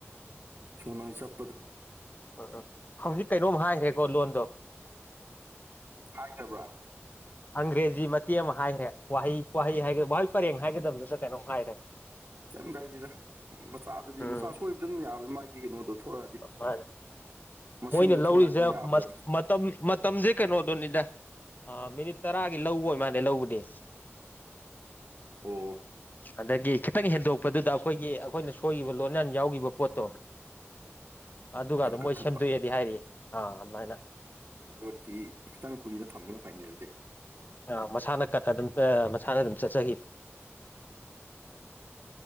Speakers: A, on the right (about 55°); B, on the left (about 40°).
A: ꯐꯣꯟꯅ <unintelligible>
B: ꯎ ꯍꯧꯖꯤꯛ ꯀꯩꯅꯣꯝ ꯍꯥꯏꯈ꯭ꯔꯦꯀꯣ ꯂꯣꯟꯗꯣ
A: ꯍꯥꯏꯈꯔꯥ ꯕ꯭ꯔ
B: ꯑꯪꯒ꯭ꯔꯦꯖꯤ ꯃꯇꯦ ꯑꯃ ꯍꯥꯏꯔꯦ ꯋꯥꯍꯩ ꯋꯥꯍꯩ ꯍꯥꯏꯒ ꯋꯥꯍꯩ ꯄꯔꯦꯡ ꯍꯥꯏꯒꯗꯕꯗꯁꯨ ꯀꯩꯅꯣ ꯍꯥꯏꯔꯦ
A: ꯀꯩꯝ ꯀꯥꯏꯗꯗ ꯃꯆꯥꯗꯨꯗꯤ
B: ꯎꯝ
A: ꯃꯆꯥ ꯁꯣꯏꯕꯗꯨ ꯑꯗꯨꯝ ꯌꯥꯕꯅꯤ ꯃꯥꯒꯤ ꯀꯩꯅꯣꯗꯣ ꯊꯣꯛꯂꯛꯑꯗꯤ
B: ꯃꯥꯅꯦ
A: ꯃꯁꯤꯡꯗꯣ
B: ꯃꯣꯏꯅ ꯂꯧꯔꯤꯁꯦ
A: ꯊꯣꯛꯂꯛꯑꯗꯤ ꯌꯥꯕꯖꯥꯠꯅꯤ
B: ꯃꯇꯝ ꯃꯇꯝꯁꯦ ꯀꯩꯅꯣꯗꯨꯅꯤꯗ ꯑꯝ ꯃꯤꯅꯤꯠ ꯇꯔꯥꯒꯤ ꯂꯧꯕ ꯑꯣꯏꯕ ꯃꯥꯜꯅꯦ ꯂꯧꯕꯗꯤ
A: ꯑꯣ
B: ꯑꯗꯒꯤ ꯈꯤꯇꯪ ꯍꯦꯟꯗꯣꯛꯄꯗꯨꯗ ꯑꯩꯈꯣꯏꯒꯤ ꯑꯩꯈꯣꯏꯅ ꯁꯣꯏꯈꯤꯕ ꯂꯣꯟꯌꯥꯟ ꯌꯥꯎꯈꯤꯕ ꯄꯣꯠꯇꯣ ꯑꯗꯨꯒ
A: ꯃꯣꯏꯅ
B: ꯃꯣꯏ
A: ꯀꯛꯊꯠꯄ
B: ꯁꯦꯝꯗꯣꯛꯑꯦꯗꯤ ꯍꯥꯏꯔꯤꯌꯦ ꯑꯥ ꯑꯗꯨꯃꯥꯏꯅ
A: ꯑꯗꯨꯗꯤ ꯈꯤꯇꯪ ꯀꯨꯏꯗ ꯊꯝꯕꯅ ꯐꯥꯏꯅꯦ ꯑꯗꯨꯗꯤ
B: ꯑ ꯃꯁꯥꯅ ꯀꯛꯑꯗꯨꯝ ꯃꯁꯥꯅ ꯑꯗꯨꯝ ꯆꯠꯆꯈꯤ